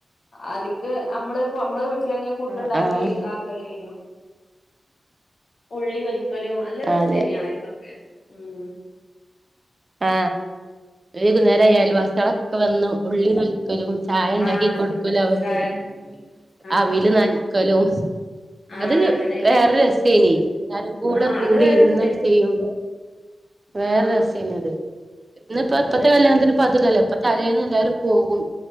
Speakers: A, on the left (about 70°); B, on the right (about 40°).
A: ആദിക്ക് അമ്മള് ഫു അമ്മള് വീ ട്ടിലെന്നെ ഫുഡ്ണ്ടാക്കി
B: ആഹ് ആഹ്
A: താക്കല്ലേനു. ഉള്ളി തൊലി ക്കലും നല്ല രസേനി
B: അതെ
A: ആദ്യത്തൊക്കെ. ഉം
B: ആ ഏതു നേരായാലും <unintelligible> വന്ന് ഉള്ളി പൊളിക്കലും ചായ ഉണ്ടാക്കി
A: ആഹ്
B: കൊടുക്കലും അവർക്ക്
A: ചായ ആഹ്
B: അവീല് നനക്കലും
A: ആഹ്
B: അത്
A: അങ്ങനെയല്ലേ
B: വേറെര് രസേനീ എല്ലാരുക്കൂടെക്കൂടിയിന്ന്
A: ആഹ് അത് വേറെ സെ
B: ചെയ്യുമ്പോ വേറൊരു
A: ആഹ്
B: രസനിയത് ഇന്നിപ്പോ ഇപ്പത്തെ
A: അതന്നെ
B: കല്യാണത്തിപ്പോനതിലല്ലോ പ്പോ. തലേന്ന് എല്ലാരും പോകും